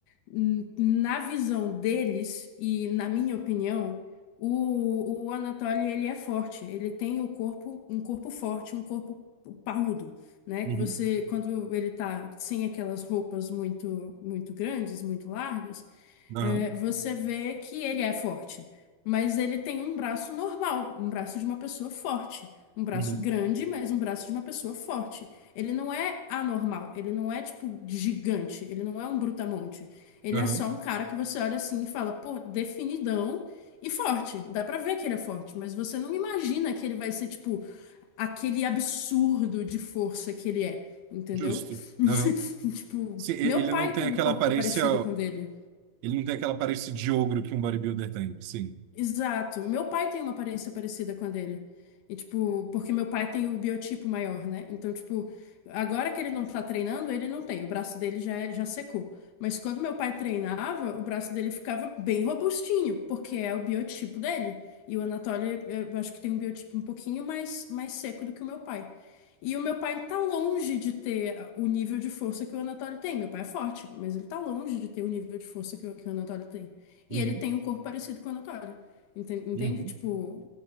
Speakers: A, on the left; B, on the right.
A: n- na visão deles e na minha opinião, o, o Anatoly, ele é forte. Ele tem o corpo, um corpo forte, um corpo parrudo, né?
B: Uhum.
A: Que você, quando ele tá sem aquelas roupas muito, muito grandes, muito largas,
B: Aham.
A: é, você vê que ele é forte. Mas ele tem um braço normal, um braço de uma pessoa forte. Um braço
B: Uhum.
A: grande, mas um braço de uma pessoa forte. Ele não é anormal, ele não é tipo gigante, ele não é um brutamonte. Ele
B: Aham.
A: é só um cara que você olha assim e fala, pô, definidão e forte. Dá pra ver que ele é forte, mas você não imagina que ele vai ser tipo aquele absurdo de força que ele é, entendeu?
B: Justo.
A: <laughs>
B: Aham.
A: Tipo,
B: Sim, e-
A: meu
B: ele
A: pai
B: não tem
A: tem
B: aquela
A: um corpo
B: aparência,
A: parecido com o dele.
B: ele não tem aquela aparência de ogro que um bodybuilder tem, sim.
A: Exato. Meu pai tem uma aparência parecida com a dele. E, tipo, porque meu pai tem o biotipo maior, né? Então, tipo, agora que ele não tá treinando, ele não tem. O braço dele já, é- já secou. Mas quando meu pai treinava, o braço dele ficava bem robustinho, porque é o biotipo dele. E o Anatoly, eh, eu acho que tem um biotipo um pouquinho mais, mais seco do que o meu pai. E o meu pai tá longe de ter o nível de força que o Anatoly tem. Meu pai é forte, mas ele tá longe de ter o nível de força que o, que o Anatoly tem.
B: Uhum,
A: E ele tem um corpo parecido com o Anatoly. Enten- Entende?
B: uhum.
A: Tipo,